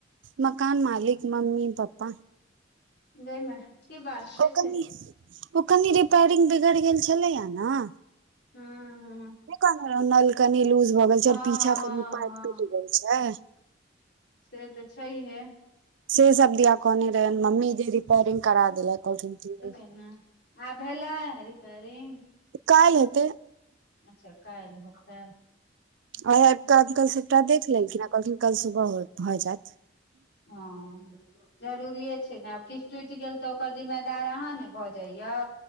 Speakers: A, on the right; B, on the left.
A: मकान मालिक मम्मी पप्पा
B: गईमै की बात छै
A: ओ कनि ओ कनी रिपेयरिंग बिगड़ि गेल छलैया न
B: हू हू
A: नय कहने रह नल कनी लूज भ गेल छै
B: हँ
A: और पीछा कनि पाइप टूट
B: हँ
A: गेल छै
B: से त छैहे
A: से सब दिया कोने रहै मम्मी जे रिपेरिंग करा देलै <unintelligible>
B: <inaudible> आब भेल रिपरिंग
A: काल काल्हते
B: अच्छा काल काल्हते
A: आ आबके अंकल सबटा देख लेलखिन कहलखिन कल सुबह भ जायत
B: हँ जरूरिे छै ने आब किछ टुट गेल त ओकर जिम्मेदार अहाँ ने भ जाइयौ